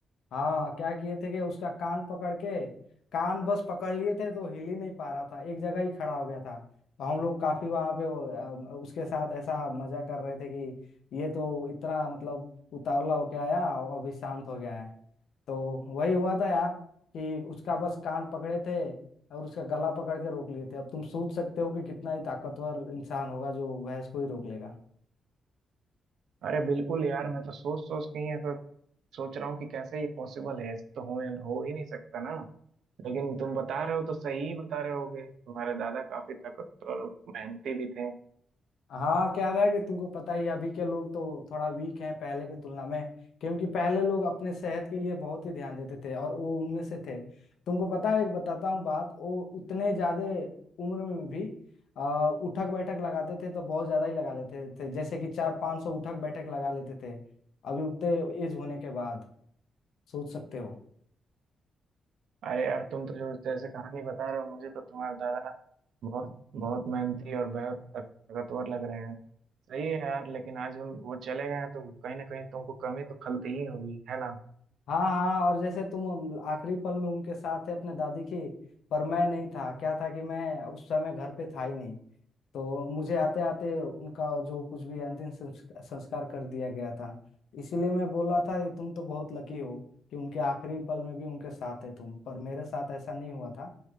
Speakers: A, on the left; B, on the right.
A: हाँ क्या किए थे कि उसका कान पकड़ के कान बस पकड़ लिए थे तो हिल ही नहीं पा रहा था एक जगह ही खड़ा हो गया था तो हम लोग काफी वहां पे वो, अ, उसके साथ ऐसा मजा कर रहे थे कि ये तो इतना मतलब उतावला होके आया और अभी शांत हो गया है तो वही हुआ था यार कि उसका बस कान पकड़े थे और उसका गला पकड़ के रोक लिए थे अब तुम सोच सकते हो कि कितना ही ताकतवर इंसान होगा जो भैंस को ही रोक लेगा
B: अरे बिल्कुल यार मैं तो सोच सोच के ही ऐसा सोच रहा हूँ कि कैसे ये पॉसिबल है ऐसा तो हो हो ही नहीं सकता ना लेकिन तुम बता रहे हो तो सही ही बता रहे होगे तुम्हारे दादा काफी ताकतवर और मेहनती भी थे
A: हाँ क्या था कि तुमको पता ही है, अभी के लोग तो थोड़ा वीक हैं पहले की तुलना में क्योंकि पहले लोग अपने सेहत के लिए बहुत ही ध्यान देते थे और वो उनमें से थे तुमको पता है एक बताता हूँ बात वो उतने ज्यादा उम्र में भी आ, उठक बैठक लगाते थे तो बहुत ज्यादा ही लगा लेते थे जैसे कि चार पांच सौ उठक बैठक लगा लेते थे अभी उतने एज होने के बाद सोच सकते हो
B: अरे यार तुम तो जो जैसे कहानी बता रहे हो मुझे तो तुम्हारे दादा बहुत बहुत मेहनती और बहुत ताकतवर लग रहे हैं सही है यार लेकिन आज हम वो चले गए हैं तो कहीं ना कहीं तुमको कमी तो खलती ही होगी है ना
A: हाँ हाँ और जैसे तुम आखिरी पल में उनके साथ थे अपने दादी के पर मैं नहीं था क्या था कि मैं उस समय घर पे था ही नहीं तो मुझे आते आते उनका जो कुछ भी अंतिम संस्क- संस्कार कर दिया गया था इसीलिए मैं बोल रहा था कि तुम तो बहुत लकी हो कि उनके आखिरी पल में भी उनके साथ है तुम पर मेरे साथ ऐसा नहीं हुआ था